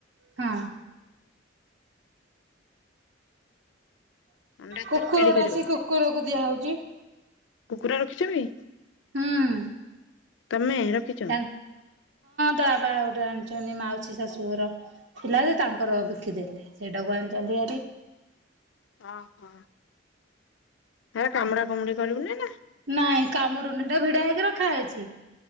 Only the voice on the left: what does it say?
ଅଣ୍ଡା
ତରକାରୀ କରିବ
କୁକୁର ରଖିଛନ୍ତି?
ତମେ ରଖି
ଓହୋ, ସେରା କାମୁଡା କାମୁଡି କରିବୁନି ନା?